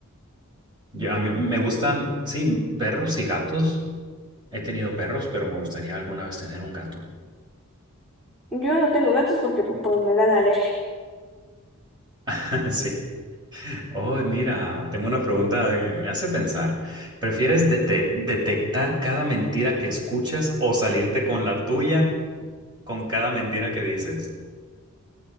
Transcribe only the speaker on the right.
Yo- a mí me gustan, sí, perros y gatos. He tenido perros, pero me gustaría alguna vez tener un gato.
<laughs> Sí. Oh, mira, tengo una pregunta que me hace pensar. ¿Prefieres dete- detectar cada mentira que escuchas o salirte con la tuya con cada mentira que dices?